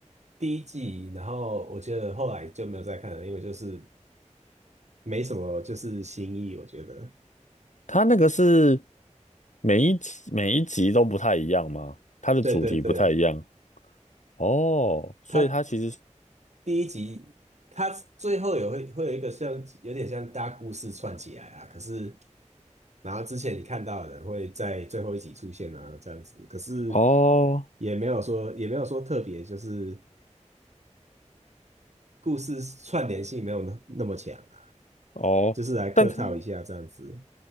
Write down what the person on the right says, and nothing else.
第一季，然后我觉得后来就没有再看了，因为就是没什么就是新意，我觉得。
对对对，
他第一集，他最后也会会有一个像有点像大故事串起来啊，可是然后之前你看到的人会在最后一集出现啊，这样子，可是
也没有说也没有说特别，就是故事串联性没有那那么强啊，
就是来客套一下这样子。